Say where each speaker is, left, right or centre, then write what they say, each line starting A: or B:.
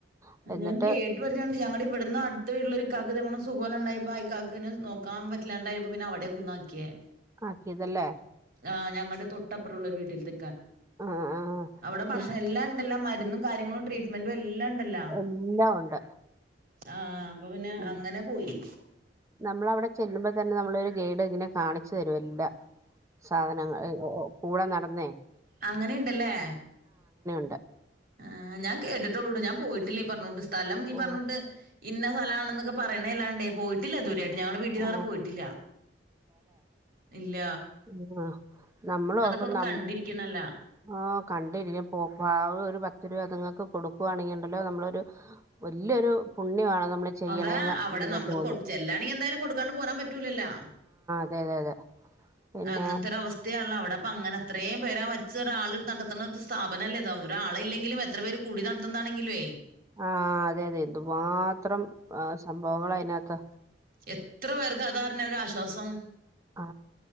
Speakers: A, on the right; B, on the right.
A: ആ എന്നിട്ട്
B: ഞാൻ കേട്ട പറഞ്ഞുകണ്ട് ഞങ്ങളടെ ഇവിടുന്ന് അടുത്ത വീട്ടള്ള കക്ക് ഇതേപോണം സുഖമില്ലാണ്ടായപ്പം ഇക്കാക്നെ നോക്കാൻ പറ്റില്ലാണ്ടായിപ്പോ പിന്നെവിടെയാ കൊണ്ടാക്കിയെ
A: ആക്കിയതല്ലേ
B: ആ ഞങ്ങടെ തൊട്ട പ്പുമു ള്ള ഒരു വീട്ടിൽ ത
A: ആ ആ
B: അവിടെ ഭക്ഷണം
A: എൽ-
B: എല്ലാം ഉണ്ടല്ല മരുന്നും കാര്യങ്ങളുംട്രീറ്റ്മെന്റുംല്ലാണ്ടല്ല
A: എല്ലാം ഉണ്ട്
B: ആഹ് അപ്പൊ പിന്നെ
A: ഉ
B: അങ്ങനെ പോയി
A: നമ്മൾവിടെ ചെല്ലുമ്പോ തന്നെ നമ്മളരു ഗൈഡ് ഇങ്ങനെ കാണിച്ചു തരുമല്ല സാധനങ്ങ കൂടെ നടന്നേ
B: അങ്ങനെുണ്ടല്ലേ
A: ഉണ്ട
B: ആ് ഞാൻ കേട്ടിട്ടുള്ളൂ ഞാൻ പോയിട്ട് ഇ പറഞ്ഞോട്ടിസ് സ്ഥലം നീ
A: ഓ
B: പറഞ്ഞോട്ട് ഇന്ന സ്ഥലമാണൊെ ക്കെ പറയേണ ല്ലാണ്ടേ പോയിട്ടില്ല ദുവരെയാട്ടും ട് ഞങ്ങളടെ വീട്ടിൽന്നറ
A: ആ
B: പോയിട്ടില്ല ഇല്ല
A: ഉം <unintelligible> ആ നമ്മൾ
B: അതൊക്കെ
A: ഓർക്കും
B: ഒന്ന്
A: നം
B: കണ്ടിരിക്കണല്ല
A: ആ കണ്ടിരിക്കും പോവ് വാ ഒരു പത്ത് രൂ ക്കത്ങ്ങക്ക് കൊട്ക്കുവാണെങ്കി ഇണ്ടല്ലോ നമ്മളൊരു വല്യൊരു പുണ്യമാണ് നമ്മള് ചെയ്യണേന്ന്
B: അതാ അവിടെ
A: അങ്ങനെ
B: നമ്മള്
A: തോന്നും
B: കൊ ചല്ലാണങ്കി എന്തായാലും കൊടുക്കാണ്ട് പോരാൻ പറ്റൂലല്ലോ?
A: അതെയതെ അതെ പിന്നെ
B: അങ്ങനത്തൊരു അവസ്ഥയാൻള്ളവടെ പ്പങ്ങനെ അത്രയും പേരാ വച്ച് ഒരാൾ നടത്ത്ണ ഒരു സ്ഥാപനല്ലേ ഇത് ഒരാളില്ലെങ്കിലും എത്ര പേര് കൂടി നട് ത്തന്താണെങ്കിലുവേ?
A: ആഹ് അതെ അതെ എന്തുമാത്രം സംഭവങ്ങളാ അയ്നകത്ത്
B: എത്ര പേർക്ക് അതാരണെ ഒരാശ്വാസം.
A: ആ